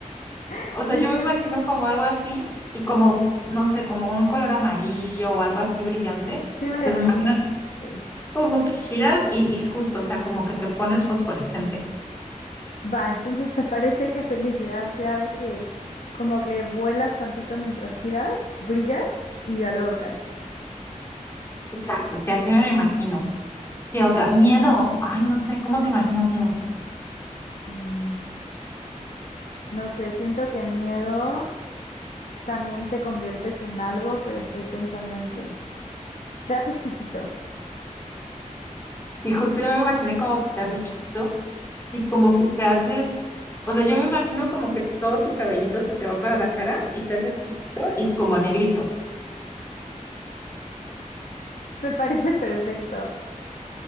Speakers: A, on the left; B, on the left.
A: <laughs>
B: O sea,
A: sí,
B: yo me imagino
A: sí, sí,
B: como algo así y como, no sé, como un color amarillo o algo así brillante.
A: sí me
B: Entonces
A: lo imagino.
B: me imagino así
A: sí
B: como que giras y, y justo, o sea, como que te pones fosforescente.
A: Va, entonces <laughs> se parece que felicidad sea de que como que vuelas tantito mientras giras, brillas y ya luego caes.
B: Exacto, o sea, así me lo imagino. Y otra, miedo. Ay, no sé, ¿cómo te imaginas miedo?
A: Mm, no sé, siento que miedo también te conviertes en algo, pero estoy pensando en que te haces chiquito.
B: Y justo yo me imaginé como que te haces chiquito y como que te haces, o sea, yo me imagino como que todo tu cabellito se te va para la cara y te haces chiquito y como negrito.
A: <laughs> Me parece perfecto.